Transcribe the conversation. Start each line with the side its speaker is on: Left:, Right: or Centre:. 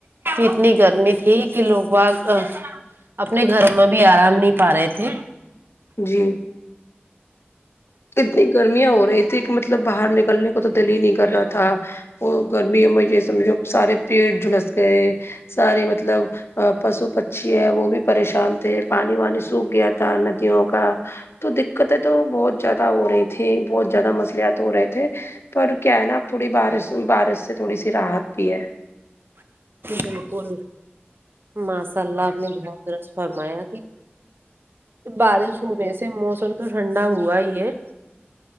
Right: اتنی گرمی تھی کہ لوگ واگ اپنے گھر میں بھی آرام نہیں پا رہے تھے
Left: جی اتنی گرمیاں ہو رہی تھی کہ مطلب باہر نکلنے کو تو دل ہی نہیں کر رہا تھا وہ گرمیوں میں یہ سمجھو سارے پیٹ جھلس گئے سارے مطلب پشو پکشی ہے وہ بھی پریشان تھے پانی وانی سوکھ گیا تھا ندیوں کا تو دقتیں تو بہت زیادہ ہو رہی تھی بہت زیادہ مصلحت ہو رہے تھے پر کیا ہے نا تھوڑی بارش بارش سے تھوڑی سی راحت بھی ہے
Right: بالکل ماشاء اللہ آپ نے بہت درست فرمایا کہ بارش ہونے سے موسم تو ٹھنڈا ہوا ہی ہے